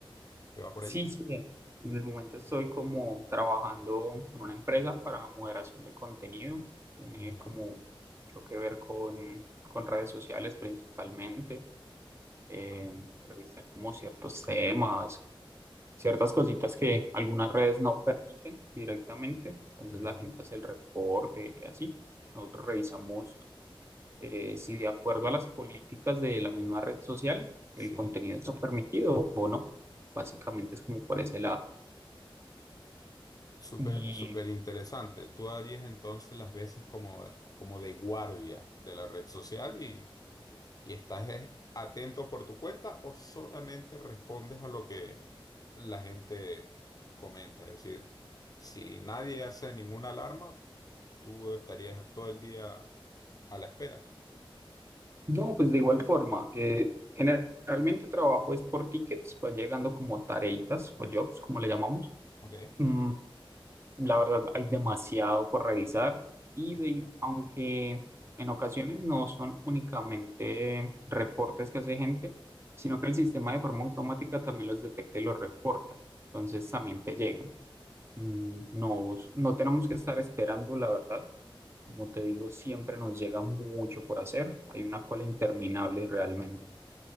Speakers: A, on the left; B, on the right.
A: que va por
B: Sí,
A: allí.
B: sí. bien. En el momento estoy como trabajando con una empresa para moderación de contenido. Tiene
A: Ya,
B: como mucho que ver con, con redes sociales principalmente. eh,
A: ah,
B: revisar como ciertos temas, ciertas cositas que algunas redes no permiten directamente. Entonces
A: ya,
B: la gente hace el reporte y así. Nosotros revisamos. eh, si de acuerdo a las políticas de la misma red social,
A: sí.
B: el contenido está permitido o no. Básicamente es como por ese lado.
A: Súper,
B: Y
A: súper interesante. Tú harías entonces las veces como, como de guardia de la red social y, y estás eh, atento por tu cuenta o solamente respondes a lo que la gente comenta. Es decir, si nadie hace ninguna alarma, tú estarías todo el día a la espera.
B: no, pues de igual forma, eh, generalmente trabajo es por tickets, van llegando como tareitas o jobs, como le llamamos.
A: Ok.
B: Mm, la verdad, hay demasiado por revisar y de- aunque en ocasiones no son únicamente reportes que hace gente, sino que el sistema de forma automática también los detecta y los reporta. Entonces también te llegan. Mm, No, no tenemos que estar esperando, la verdad. Como te digo, siempre nos llega mucho por hacer. Hay una cola interminable realmente.